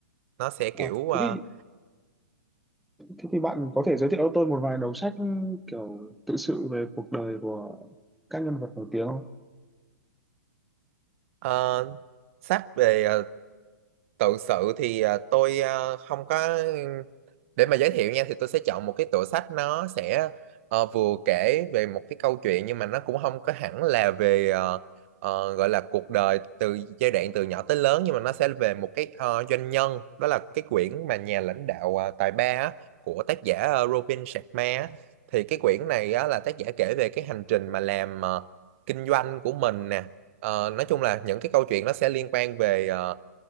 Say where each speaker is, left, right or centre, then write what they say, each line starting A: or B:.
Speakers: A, on the right; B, in the centre.
A: nó sẽ
B: Ờ,
A: kiểu
B: thế
A: ờ,
B: thì thế thì bạn có thể giới thiệu cho tôi một vài đầu sách kiểu tự sự về cuộc đời của các nhân vật nổi tiếng không?
A: ờ, sách về ờ, tự sự thì ờ, tôi ờ, không có để mà giới thiệu nha thì tôi sẽ chọn một cái tựa sách nó sẽ ờ, vừa kể về một cái câu chuyện nhưng mà nó cũng không có hẳn là về ờ, ờ, gọi là cuộc đời từ giai đoạn từ nhỏ tới lớn nhưng mà nó sẽ về một cái ờ, doanh nhân đó là cái quyển mà nhà lãnh đạo ờ, tài ba á, của tác giả ờ, Robin Sharma á. thì cái quyển này á, là tác giả kể về cái hành trình mà làm ờ, kinh doanh của mình nè Ờ, nói chung là những cái câu chuyện nó sẽ liên quan về ờ,